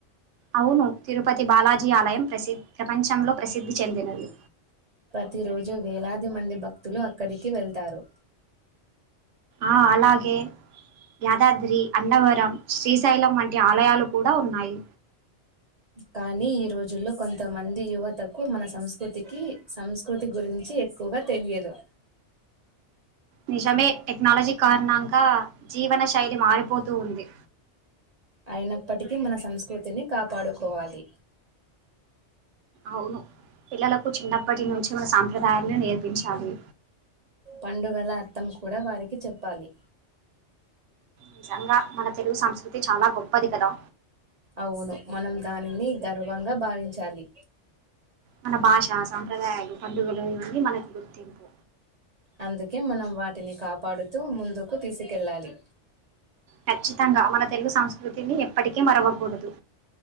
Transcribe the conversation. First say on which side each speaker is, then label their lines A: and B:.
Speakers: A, on the right (about 80°); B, on the right (about 45°).
A: అవును తిరుపతి బాలాజీ ఆలయం ప్రసిద్ ప్రపంచంలో ప్రసిద్ధి చెందినది.
B: ప్రతిరోజు వేలాది మంది భక్తులు అక్కడికి వెళ్తారు.
A: ఆ అలాగే దాద్రి అన్నవరం శ్రీశ్ శైలం వంటి ఆలయాలు కూడా ఉన్నాయి.
B: కానీ ఈ రోజుల్లో కొంతమంది యువతకు మన సంస్కృతికి సంస్కృతి గురించి ఎక్కువగా తెలియదు.
A: నిజమే టెక్నాలజీ కారణంగా జీవన శైలి మారిపోతూ ఉంది.
B: అయినప్పటికీ మన సంస్కృతిని కాపాడుకోవాలి.
A: అవును పిల్లలకు చిన్నప్పటి నుంచి మన సాంప్రదాయాలను నేర్పించాలి.
B: పండుగల అర్థం కూడా వారికి చెప్పాలి.
A: నిజంగా మన తెలుగు సంస్కృతి చాలా గొప్పది కదా.
B: అవును మనం దానిని గర్వంగా భావించాలి.
A: మన భాష సాంప్రదాయాలు పండుగలు ఇవన్నీ మనకు గుర్తింపు
B: అందుకే మనం వాటిని కాపాడుతూ ముందుకు తీసుకెళ్ళాలి
A: ఖచ్చితంగా మన తెలుగు సంస్కృతిని ఎప్పటికీ మరవకూడదు